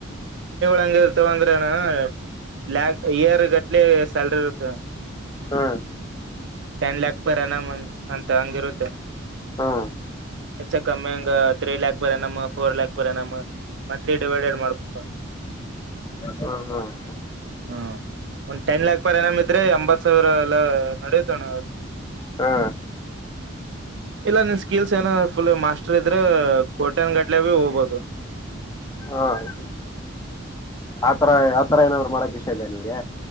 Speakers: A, on the right (about 60°); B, on the left (about 15°).
A: ಹೆಂಗ ಇರ್ತವಂದ್ರೆ ಅಣ್ಣ ಲ್ಯಾಕ್ ಇಯರ್ ಗಟ್ಲೆ ಸ್ಯಾಲ್ರಿ ಇರ್ತ
B: ಹಾ
A: ಟೆನ್ ಲ್ಯಾಕ್ ಪರ ಎನಾಮ್ ಅಂತ ಹಂಗಿರುತ್ತೆ
B: ಹಾ
A: ಹೆಚ್ಚ ಕಮ್ಮಿಂಗ three lakh per annum four lakh per annum monthly divided ಮಾಡ್ಬೇಕ
B: ಹ್ಮ ಹ್ಮ್
A: ಹ್ಮ್ ಒಂದ್ ಟೆನ್ ಲ್ಯಾಕ್ ಪರ್ ಎನಮ್ ಇದ್ರೆ ಎಂಬತ್ ಸಾವಿರ ಎಲ್ಲ ನೋಡಿ ಣ
B: ಹಾ
A: ಇಲ್ಲ ನಿನ್ ಸ್ಕಿಲ್ಸ್ ಏನ ಫುಲ್ ಮಾಸ್ಟರ್ ಇದ್ರೆ ಕೋಟ್ಯನ್ ಗಟ್ಲೆ ಭ ಹೋಗಬಹುದು
B: ಹಾ ಹಾದು ಆತರ ಆತರ ಏನಾದ್ರು ಮಾಡಕ್ ಇಷ್ಟ ಇದೆಯಾ ನಿಮ್ಗೆ